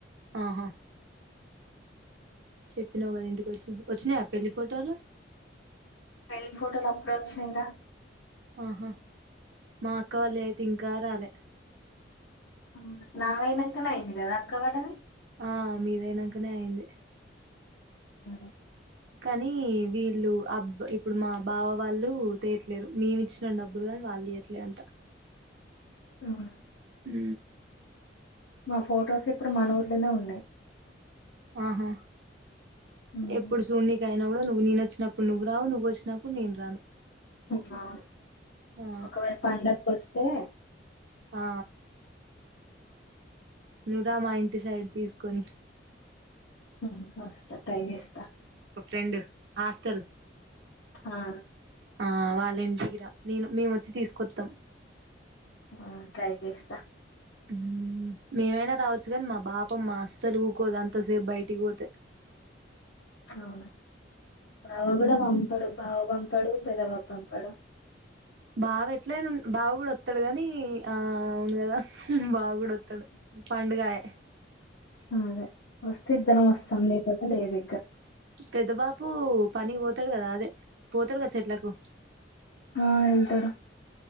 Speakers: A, on the right; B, on the left.
A: ఆహా చెప్పినావు కదా ఇంటికి వచ్చిన వచ్చినాయ, పెళ్ళి ఫోటోలు.
B: పెళ్లి ఫోటోలు అప్పుడు వచ్చాందా
A: ఆహా మా అక్క వాళ్ళు అయితే ఇంకా రాలే.
B: అవును నాయినాంకనే అయింది కదా అక్క వాళ్ళది.
A: ఆ మీదయినాకనే అయింది.
B: అ
A: కానీ వీళ్ళు అబ్బ ఇప్పుడు మా బావ వాళ్ళు తేయట్లేరు. మేమి ఇచ్చిన డబ్బులు కాని వాళ్ళు తీయట్లే అంట.
B: అవునా
A: ఊ హ
B: మా ఫొటోస్ ఇప్పుడు మాన ఊర్లోనే ఉన్నాయి.
A: ఆహా
B: ఉమ్.
A: ఎప్పుడు సూన్నికైన నువ్వు నేను వచ్చినప్పుడు నువ్ రావు, నువ్వు వచ్చినప్పుడు నేను రాను.
B: <unintelligible>
A: ఆ
B: ఒకవైపు పండకు వస్తే
A: ఆ నుూరామయం డి సైడ్ తీసుకొని
B: ఉమ్ వస్త ట్రై జేస్త
A: రెండు హాస్టల్
B: హా
A: ఆ వాలింటికిరా నేను మేము ఒచ్చి తీసుకొత్తం
B: ఆ ట్రై జేస్త
A: ఊమ్ మేమైనా రావోచ్చు గని మా బాపమ్మ అస్సలు ఊకోదు అంతసేపు బయటికి బోతే
B: ఔనా బావ గుడా పం పడు బావ పంపడు పెద బాపూ పంపడు
A: బావ ఎట్లైనా ఉన్ బావ గుడా ఒత్తడు గనీ ఆ ఔను గదా బావ గుడా త్తడు పండుగాయే
B: అ అదే ఒస్తే ఇద్దరం ఒస్తాం లేపొతే లేది కా
A: పెద్ద బాపూ పనికి పోతడు గదా అదె పోతడు గదా చెట్లకు
B: ఆ వెళ్తడు